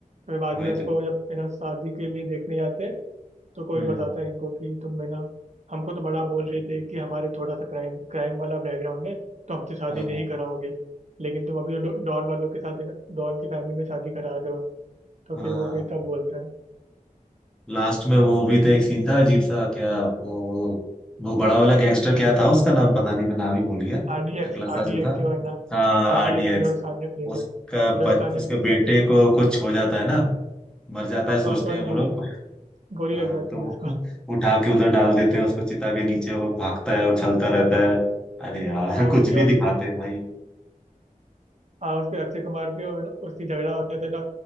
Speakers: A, on the right (about 55°); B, in the centre.
A: फिर बाद
B: वही
A: में उसको
B: तो
A: जब है ना शादी के लिए देखने जाते हैं तो कोई
B: हम्म
A: बताता है इनको कि तुम है ना हमको तो बड़ा बोल रहे थे कि हमारे थोड़ा सा क्राइम क्राइम वाला बैकग्राउंड है तो हमसे शादी
B: हाँ
A: नहीं कराओगे लेकिन तुम अभी वो डॉ- डॉन वालों के साथ है ना डॉन की फैमिली में शादी करा रहे हो तो
B: हाँ
A: फिर वो फिर तब बोलता है
B: लास्ट में वो भी तो एक सीन था अजीब सा क्या वो वो वो बड़ा वाला गैंगस्टर क्या था उसका नाम पता नहीं मैं नाम ही भूल गया
A: आर डी
B: टकला
A: एक्स
B: सा
A: आर
B: जो
A: डी एक्स
B: था
A: जो है ना
B: हाँ
A: R
B: आरडीएक्स
A: D X Firoz Khan ने प्ले किया
B: उसका बच,
A: फिरोज खान ने
B: उसके
A: प्ले किया
B: बेटे
A: था
B: को कुछ हो जाता है ना मर जाता
A: हाँ
B: है सोचते
A: तो उसको है
B: हैं
A: ना
B: वो
A: गोली
B: लोग
A: लग गोली
B: हाँ
A: लग जाती
B: तो
A: है उसको
B: वो <laughs> उठा के उधर डाल देते हैं उसको चिता के नीचे वो भागता है उछलता रहता है अरे यार
A: हाँ
B: <laughs>
A: उसकी
B: कुछ
A: और-
B: भी दिखाते हैं भाई
A: हाँ उसके अक्षय कुमार के और ना उसकी झगड़ा होता है तो ना